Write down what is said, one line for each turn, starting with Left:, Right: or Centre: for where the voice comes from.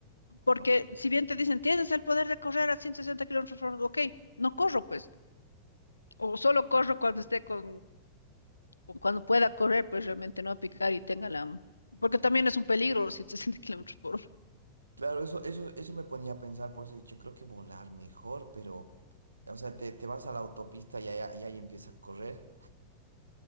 Left: porque
Right: ¿no?
Left: si bien te dicen, tienes el poder de correr a 160 kilómetros por hora, ok, no corro, pues. O solo corro cuando esté con, con- cuando pueda correr, pues realmente no a picar y tenga la... Porque también es un peligro los 160 kilómetros por hora.
Right: Claro, eso, eso, eso me ponía a pensar, por eso he dicho, creo que volar mejor, pero, o sea, te, te vas a la autopista y ahí, ahí ahí empieza a correr.